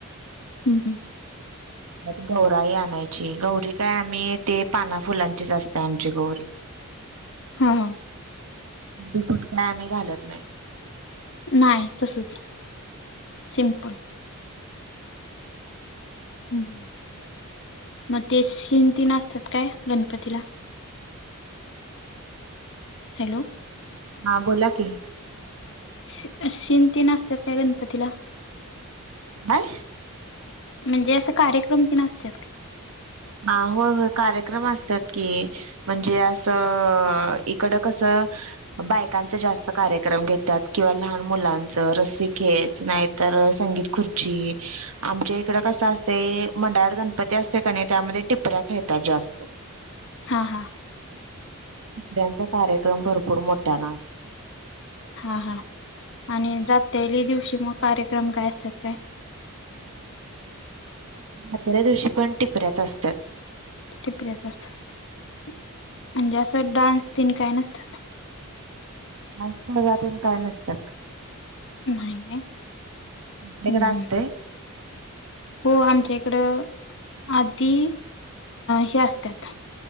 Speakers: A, on the left (about 60°); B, on the right (about 70°).
A: ह ह
B: म गौराई आणायची. गौरी काय आम्ही ते पाना फुलांचीच असते आमची गौरी.
A: ह ह
B: मुकुट काय आम्ही घालत नाही.
A: नाई, तसंच सिंपल. हम्म, म ते शिन् तीन असतात काय गणपतीला? हॅलो
B: हा बोला की
A: शि शिन् तीन असत्यात काय गणपतीला?
B: काय?
A: म्हणजे असं कार्यक्रम तेन असत्यात का?
B: आ होय होय, कार्यक्रम असत्यात की म्हणजे असं, इकडं कसं? बायकांच जास्त कार्यक्रम घेतात किंवा लहान मुलांच रस्सी खेच नाही तर संगीत खुर्ची आमच्या इकड कस असतय मंडळात गणपती असते कनय. त्यामध्ये टिपऱ्या खेळतात जास्त.
A: हां हां
B: टिपऱ्यांचा कार्यक्रम भरपूर मोठान आस
A: हा हा आणि जातेले दिवशी मग कार्यक्रम काय असतात काय?
B: आदल्या दिवशी पण टिपऱ्याच असतात.
A: टिपऱ्याच असतात म्हणजे अस डान्स तेन काय नसत.
B: डान्स तेन काय नसतात.
A: नाही.
B: तुमच्याकड
A: हम्म हम्म.
B: असतय.
A: हो आमच्या इकड आधी हे असतात